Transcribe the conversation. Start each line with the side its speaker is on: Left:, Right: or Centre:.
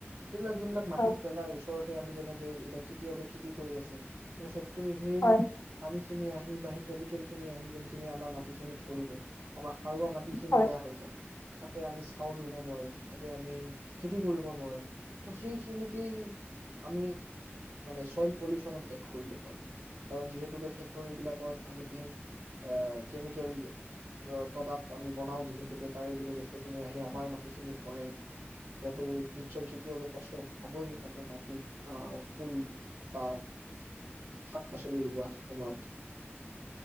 Right: সেইবিলাক যোনবিলাক মাটিত
Left: হয়
Right: পেলাই ওচৰত আমি যেনেকে এয়া খেতিয়কে খেতি কৰি আছে, ইনফেক্ট ত সেই
Left: হয়
Right: পানী খিনি আহি বা সেই কেমিকেল খিনি আহি যোনখিনি আমাৰ মাটি খিনিত পৰিব আমাক সাৰুৱা মাটিখিনি
Left: হয়
Right: বেয়া হৈ যাব তাতে আমি চাউল ৰুব নোৱাৰিম তাতে আমি খেতি কৰিব নোৱাৰো সেইখিনিকেই আমি মানে চইল পলচনত এড কৰিব পাৰো কাৰণ যিহেতুকে ফেক্টৰী বিলাকত আমি আহ কেমিকেল প্ৰডাক্ট আমি বনাও যিহেতুকে তাৰে যদি বস্তুখিনি আহি আমাৰ মাটিখিনিত পৰে সেতো নিশ্চয় খেতিয়কে কষ্ট পাবই তাতে মাটিত ফুল বা শাক পাচলি ৰোৱা সময়ত